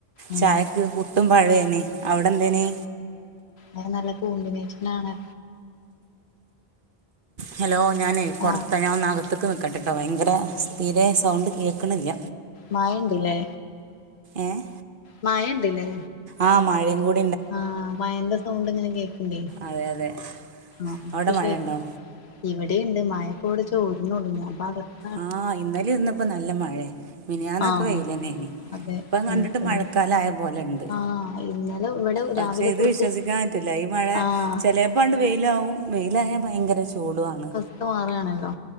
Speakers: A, on the left; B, on the right.
A: ആഹ്
B: ചായക്ക് പുട്ടും പഴേനി അവിടെ എന്തേനി
A: അത് നല്ല കോമ്പിനേഷനാണ്
B: ഹലോ ഞാനേ പുറത്താ
A: ആഹ്
B: ഞാൻ ഒന്നകത്ത്ക്ക് നിക്കട്ടേട്ടോ ഭയങ്കര തീരേ സൗണ്ട് കേക്കണില്ല
A: മഴയുണ്ടീലെ
B: ഏഹ്
A: മയയുണ്ടീലേ
B: ആഹ് മഴേം കൂടെ
A: ആഹ് മയേന്റെ സൗണ്ട് ഇങ്ങനെ കേക്ക്ണ്ടേ.
B: അതെ അതെ
A: ആഹ് ഇപ്പോശെരി
B: അവിടെ മഴ ഉണ്ടോ
A: ഇവടേണ്ട് മയപ്പോവടെ ചോര്ന്നൊള്ളൂ ഞാപ്പൊ അകത്ത്
B: ആഹ് ഇന്നലേന്നിപ്പോ നല്ല മഴേ. മിനിയാന്നൊക്കെ
A: ആഹ്
B: വെയില്ലന്നേന്.
A: അതെ
B: ഇപ്പം
A: അങ്ങനെ
B: കണ്ടിട്ട്
A: തന്നെ
B: മഴക്കാല ആയ പോലൊണ്ട്
A: ആഹ് ഇന്നലെ ഇവിടെ
B: പക്ഷെ
A: രാവിലെ
B: ഇത്
A: തൊട്ട്
B: വിശ്വസി ക്കാൻ പറ്റൂല്ല. ഈ മഴ
A: ആഹ്
B: ചെലേപ്പങ്ങ്ണ്ട് വെയിലാവും വെയിലായാ ഭയങ്കര ചൂടുവാണ്.
A: സ്ഥ മാറാണല്ലോ?